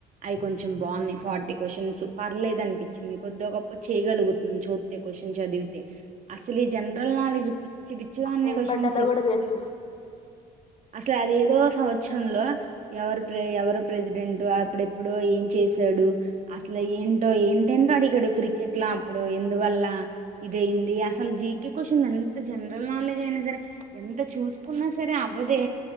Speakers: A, on the right; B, on the left.
A: అవి కొంచెం బాగున్నాయి ఫార్టీ క్వశ్చన్స్ పర్లేదు అనిపించింది కొద్ద్దో గొప్ప చేయగలుగుతుంది చోస్తే క్వశ్చన్ చది తె అసలు జనరల్ నాలెజ్ పిచ్ పిచ్చిపిచ్చిగా
B: అట్లా
A: ఉన్నాయి
B: ఏం
A: క్వశ్చన్స్
B: పెట్టాలో కూడా తెలీదు
A: అసలు అది ఏదో సంవత్సరంలో ఎవరు ప్ర ఎవరు ప్రెసిడెంట్ అప్పుడెప్పుడో ఏం చేసాడు అసలు ఏంటో ఏంటంటే అడిగాడు క్రికెట్ లో అప్పుడు ఎందువల్ల ఇదయింది అసలు జీకే క్వశ్చన్ ఎంత జనరల్ నాలెడ్జ్ అయినా సరే ఎంత చూసుకున్నా సరే అవ్వదే